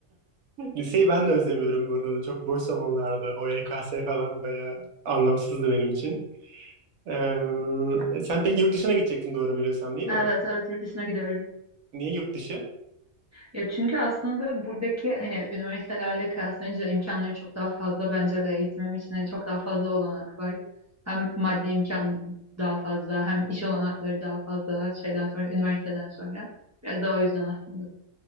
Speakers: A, on the right; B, on the right.
A: Liseyi ben de özlemiyorum bu arada. Çok boş zamanlarda. O YKS falan bayağı anlamsızdı benim için. E, sen pek yurt dışına gidecektin doğru biliyorsam değil mi?
B: Evet evet yurt dışına gidiyorum.
A: Niye yurt dışı?
B: Ya çünkü aslında buradaki hani üniversitelerle kıyaslayınca imkanları çok daha fazla bence ve eğitimim için hani çok daha fazla olanak var. Hem maddi imkan daha fazla hem iş olanakları daha fazla şeyden sonra üniversiteden sonra. Biraz daha o yüzden aslında.